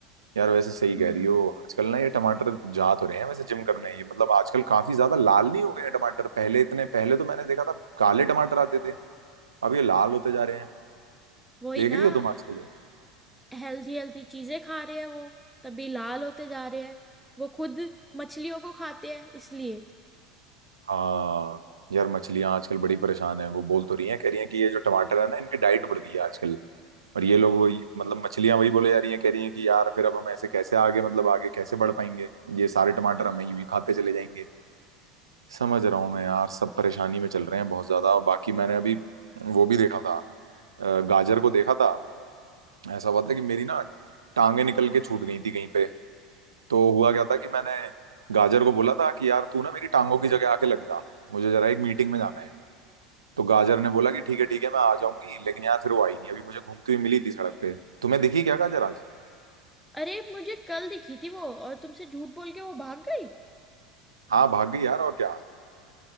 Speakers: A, on the right; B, in the centre.
A: यार वैसे सही
B: हाँ
A: कह रही हो आजकल ना ये टमाटर जा तो रहे हैं वैसे जिम करने ये मतलब आजकल काफी ज्यादा लाल नहीं हो गए हैं टमाटर पहले इतने पहले तो मैंने देखा था काले टमाटर आते थे अब ये लाल होते जा रहे हैं
B: वही
A: देख
B: ना
A: रही हो तुम आजकल
B: हेल्थी हेल्थी चीजें खा रहे हैं वो तभी लाल होते जा रहे हैं वो खुद मछलियों को खाते हैं इसलिए
A: हाँ यार मछलियां आजकल बड़ी परेशान है वो बोल तो रही हैं कह रही हैं कि ये जो टमाटर है ना इनकी डाइट बढ़ गई है आजकल और ये लोग वही मतलब मछलियां वही बोले जा रही हैं कह रही हैं कि यार फिर अब हम ऐसे कैसे आगे मतलब आगे कैसे बढ़ पाएंगे ये सारे टमाटर हम ही यूं ही खाते चले जाएंगे समझ रहा हूँ मैं यार सब परेशानी में चल रहे हैं बहुत ज्यादा और बाकी मैंने अभी वो भी देखा था अ, गाजर को देखा था ऐसा हुआ था कि मेरी ना टांगे निकल के छूट गई थी कहीं पे तो हुआ क्या था कि मैंने गाजर को बोला था कि यार तू ना मेरी टांगों की जगह आके लग जा मुझे जरा एक मीटिंग में जाना है तो गाजर ने बोला कि ठीक है ठीक है मैं आ जाऊंगी लेकिन यार फिर वो आई नहीं अभी मुझे घूमती हुई मिली थी सड़क पे तुम्हें दिखी क्या गाजर आज
B: अरे मुझे कल दिखी थी वो और तुमसे झूठ बोल के वो भाग गई
A: हाँ भाग गई यार और क्या